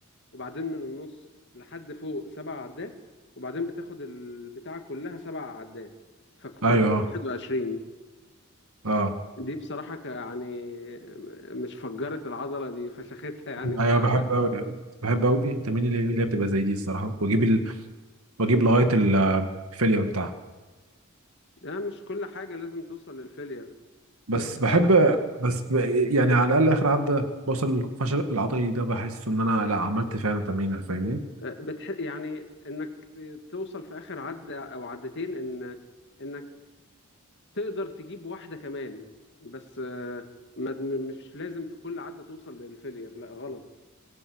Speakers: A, on the left; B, on the right.
A: وبعدين من النص لحد فوق سبع عدات وبعدين بتاخد البتاعة كلها سبع عدات فالكل
B: ايوه
A: بيبقى 21
B: اه اه
A: دي بصراحة ك- يعني مش فجرت العضلة دي فشختها يعني بصراحة
B: ايوه بحب قوي بحب قوي التمارين اللي اللي هي بتبقى زي دي الصراحه واجيب ال... واجيب لغايه الفيلير بتاعها
A: ده مش كل حاجة لازم توصل للفيلير
B: بس
A: بس
B: بحب بس ب... يعني على الاقل اخر عدى بوصل الفشل العضلي ده بحس ان انا لا عملت فعلا تمرين فاهمني؟
A: بتح... يعني انك توصل في اخر عد او عدتين ان انك تقدر تجيب واحده كمان بس آه، ما... م- مش لازم في كل عده توصل للفيلير لا غلط